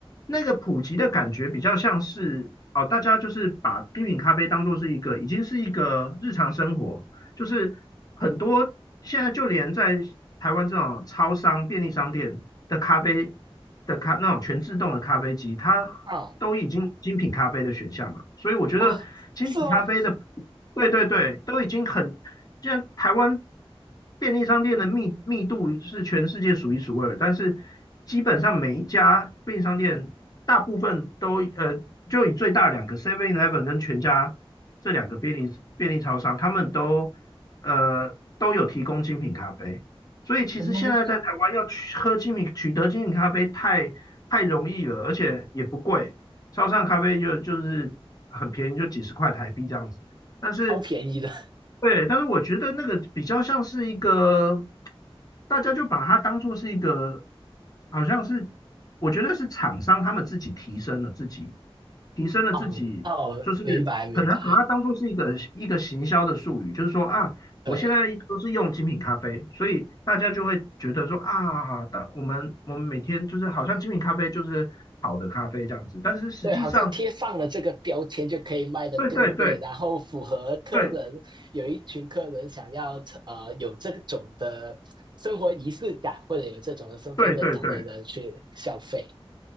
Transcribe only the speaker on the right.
嗯
啊，是吗？
嗯，
超便宜的。
嗯，哦，
明白明白，
对。
对，好像贴上了这个标签就可以卖得更贵，
然后符合客人，
有一群客人想要呃有这种的生活仪式感，或者有这种的身份认同的人去消费。